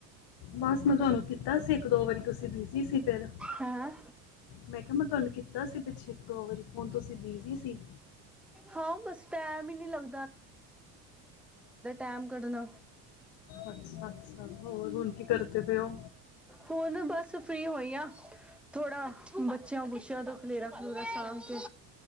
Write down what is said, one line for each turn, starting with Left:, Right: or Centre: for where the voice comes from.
Left: ਬਸ ਮੈਂ ਤੁਹਾਨੂੰ ਕੀਤਾ ਸੀ ਇੱਕ ਦੋ ਵਾਰੀ ਤੁਸੀਂ ਬਿਜੀ ਸੀ ਫਿਰ
Centre: ਹੈਂ
Left: ਮੈਂ ਕਿਹਾ ਮੈਂ ਤੁਹਾਨੂੰ ਕੀਤਾ ਸੀ ਪਿੱਛੇ ਇੱਕ ਦੋ ਵਾਰੀ ਫੋਨ ਤੁਸੀਂ ਬਿਜੀ ਸੀ।
Centre: ਹਾਂ ਬਸ ਟੈਮ ਈ ਨੀ ਲੱਗ ਟਾਈਮ ਕੱਢਣਾ
Left: ਅੱਛਾ ਅੱਛਾ ਹੋਰ ਹੁਣ ਕੀ ਕਰਦੇ ਪਏ ਹੋ?
Centre: ਹੁਣ ਬਸ ਫ੍ਰਰੀ ਹੋਈ ਆ ਥੋੜਾ ਬੱਚਿਆਂ ਬੁੱਚਿਆਂ ਤੋਂ ਖਲੇਰਾ ਖਲੂਰਾ ਸਾਂਭ ਕੇ